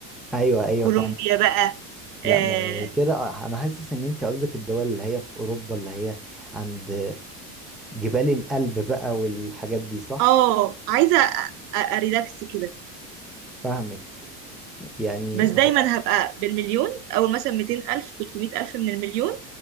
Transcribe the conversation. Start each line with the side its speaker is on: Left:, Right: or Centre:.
Centre: ايوه ايوه
Right: كولومبيا
Centre: فاهمك
Right: بقى
Centre: لا
Right: اه
Centre: ما كده آه، انا حاسس ان انت قصدك الدول اللي هي في اوروبا اللي هي عند جبال القلب بقى والحاجات دي صح
Right: آه، عايزه أ- أ- اريلاكس كده
Centre: فاهمك يعني
Right: بس دايما
Centre: هو...
Right: هبقى بالمليون او مثلا 200 الف 300 الف من المليون